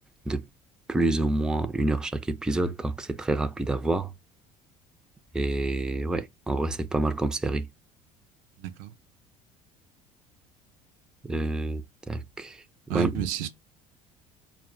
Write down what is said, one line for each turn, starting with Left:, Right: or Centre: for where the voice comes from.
Centre: de plus ou moins une heure chaque épisode, donc c'est très rapide à voir. Et ouais, en vrai, c'est pas mal comme série.
Right: d'accord.
Centre: Euh, tac. Ouais.
Right: Ouais, mais c'est,